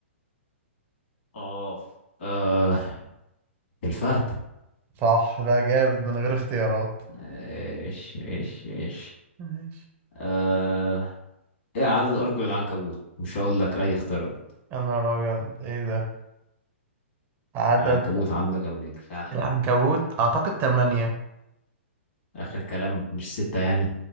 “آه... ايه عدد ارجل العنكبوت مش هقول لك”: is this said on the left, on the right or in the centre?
Left